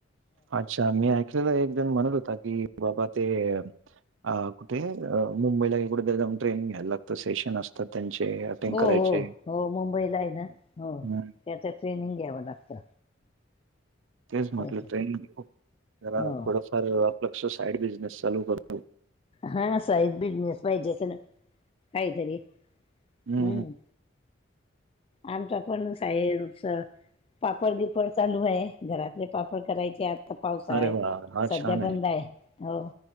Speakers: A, on the right; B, on the left.
A: अच्छा! मी ऐकलेला एक जण म्हणत होता की बाबा ते अ कुठे अ मुंबईला कुठेतरी जाऊन ट्रेनिंग घ्यायला लागतं सेशन असतात त्यांचे. अटेंड
B: हो,
A: करायचे.
B: हो, हो, मुंबईला आहे ना हो
A: हं,
B: त्याचं ट्रेनिंग घ्यावं लागतं.
A: तेच म्हटलं
B: त्याचं
A: ट्रेनिंग जरा
B: हो
A: थोडफार कसं साइड बिजनेस चालू करतो.
B: हा साईड बिझनेस पाहिजे की नाय काहीतरी.
A: हं,
B: हम्म,
A: हं.
B: आमचा पण सा, पापड बीपड चालू आहे घरातले पापड करायचे आ आता पावसाळा
A: अरे
B: य
A: वाह! हा
B: सध्या
A: छान
B: बंद आहे. हो-